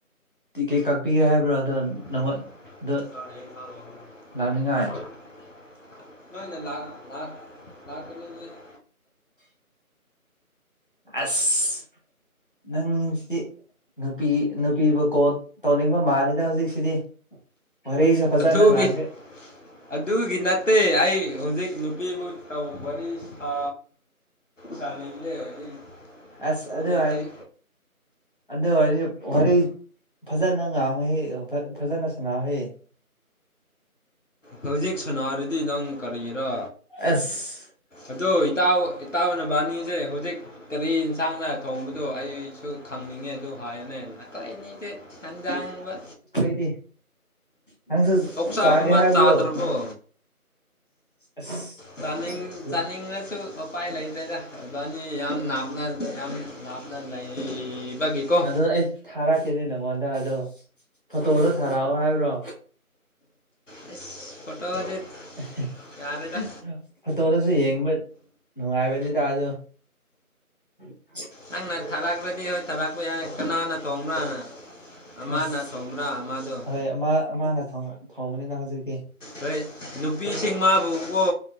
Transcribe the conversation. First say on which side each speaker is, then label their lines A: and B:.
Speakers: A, on the left; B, on the left.
A: ꯇꯤꯀꯦꯠ ꯀꯛꯄꯤꯒꯦ ꯍꯥꯏꯕ꯭ꯔꯣ ꯑꯗꯣ
B: <unintelligible>
A: ꯅꯪꯉꯣꯟ ꯑꯗꯣ ꯂꯥꯛꯅꯤꯡꯉꯥꯏ
B: ꯅꯣꯏ ꯅ ꯂꯥꯛ ꯂꯥꯛ ꯂꯥꯛꯀꯅꯤꯗꯤ <inaudible>
A: ꯑꯁ ꯅꯪꯁꯤꯗꯤ ꯅꯨꯄꯤ ꯅꯨꯄꯤꯕꯨ ꯀꯣꯜ ꯇꯧꯅꯤꯡꯕ ꯃꯥꯜꯂꯤꯗ ꯍꯧꯖꯤꯛ ꯁꯤꯗꯤ ꯋꯥꯔꯤꯁꯨ ꯐꯖꯅ
B: ꯑꯗꯨꯒꯤ
A: ꯉꯥꯡꯗꯦ
B: ꯑꯗꯨꯒꯤ ꯅꯠꯇꯦ ꯑꯩ ꯍꯧꯖꯤꯛ ꯅꯨꯄꯤꯕꯨ ꯇꯧ ꯋꯥꯔꯤ ꯁꯥ ꯁꯥꯒꯤꯝꯅꯦ ꯍꯧꯖꯤꯛ
A: ꯑꯁ
B: ꯍꯧꯖꯤꯛ
A: ꯑꯗꯨ ꯍꯥꯏꯗꯤ
B: ꯑꯩ
A: ꯑꯗꯨ ꯑꯣꯏꯗꯤ ꯋꯥꯔꯤ ꯐꯖꯅ ꯉꯥꯡꯉꯨꯍꯩ ꯐꯖꯅ ꯁꯥꯟꯅꯥꯍꯩ
B: ꯍꯧꯖꯤꯛ ꯁꯅꯥꯔꯤꯗꯤ ꯅꯪ ꯀꯔꯤꯔ
A: ꯑꯦꯁ
B: ꯑꯗꯣ ꯏꯇꯥꯎ ꯏꯇꯥꯎ ꯅꯕꯥꯅꯤꯁꯦ ꯍꯧꯖꯤꯛ ꯀꯔꯤ ꯌꯦꯟꯁꯥꯡꯅ ꯊꯣꯡꯕꯗꯣ ꯑꯩꯁꯨ ꯈꯪꯅꯤꯡꯉꯦ ꯑꯗꯨ ꯍꯥꯏꯌꯨꯅꯦ ꯑꯈꯣꯏ ꯑꯅꯤꯖꯦ ꯁꯟꯖꯥꯡꯕ
A: ꯑꯩꯗꯤ ꯅꯪꯁꯨ
B: ꯑꯣꯛꯁꯥꯒꯨꯝꯕ
A: ꯆꯥꯒꯦ ꯍꯥꯏꯕ꯭ꯔꯣ
B: ꯆꯥꯗ꯭ꯔꯕꯣ
A: ꯑꯁ
B: ꯆꯥꯅꯤꯡ ꯆꯥꯅꯤꯡꯉꯁꯨ ꯎꯄꯥꯏ ꯂꯩꯇ꯭ꯔꯦꯗ ꯏꯕꯥꯅꯤ ꯌꯥꯝ ꯂꯥꯞꯅ ꯌꯥꯝ ꯂꯥꯞ ꯅꯩ ꯕꯒꯤꯀꯣ
A: ꯑꯗꯣ ꯑꯩ ꯊꯥꯔꯛꯀꯦꯅꯦ ꯅꯪꯉꯣꯟꯗ ꯑꯗꯣ ꯐꯣꯇꯣꯗ ꯊꯥꯔꯛꯑꯣ ꯍꯥꯏꯕ꯭ꯔꯣ
B: ꯑꯩꯁ ꯐꯣꯇꯣꯗꯤ
A: <unintelligible>
B: ꯌꯥꯔꯦꯗ
A: ꯐꯣꯇꯣꯗꯁꯨ ꯌꯦꯡꯕ ꯅꯨꯡꯉꯥꯏꯕꯅꯤꯗ ꯑꯗꯣ <inaudible>
B: ꯅꯪꯅ ꯊꯥꯔꯛꯈ꯭ꯔꯗꯤ ꯍꯣꯏ ꯊꯥꯔꯛꯄ ꯌꯥꯏ ꯀꯅꯥꯅ ꯊꯣꯡꯕ꯭ꯔꯥꯅ ꯑꯃꯅ
A: ꯑꯁ
B: ꯊꯣꯡꯕ꯭ꯔꯥ ꯑꯃꯗꯣ
A: ꯍꯣꯏ ꯑꯃ ꯑꯃꯅ ꯊꯣꯡꯕꯅꯤꯗ ꯍꯧꯖꯤꯛꯇꯤ
B: ꯍꯣꯏ ꯅꯨꯄꯤꯁꯤꯡ ꯃꯥꯕꯨꯀꯣ